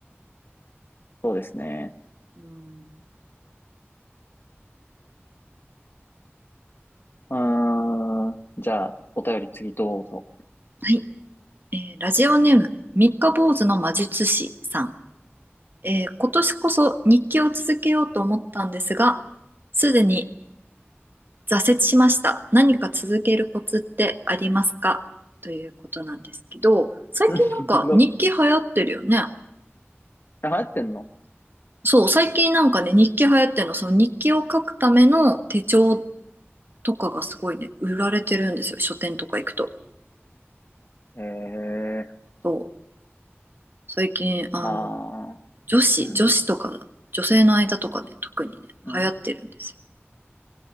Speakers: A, on the left (about 55°); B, on the right (about 50°).
A: そうですね。
B: うん、
A: うーん。じゃあ、お便り次どうぞ。
B: はい。えーラジオネーム、三日坊主の魔術師さん。えー今年こそ日記を続けようと思ったんですが、すでに挫折しました。何か続けるコツってありますかということなんですけど、
A: <laughs>
B: 最近なんか日記流行ってるよね。
A: うんの、流行ってんの
B: そう、最近なんかね、日記流行ってるの、その日記を書くための手帳とかがすごいね、売られてるんですよ。書店とか行くと。
A: へえ
B: そう、最近、あの、
A: まあ、
B: 女子、
A: うん、
B: 女子とか、女性の間とかね、特にね、
A: うん。
B: 流行ってるんですよ。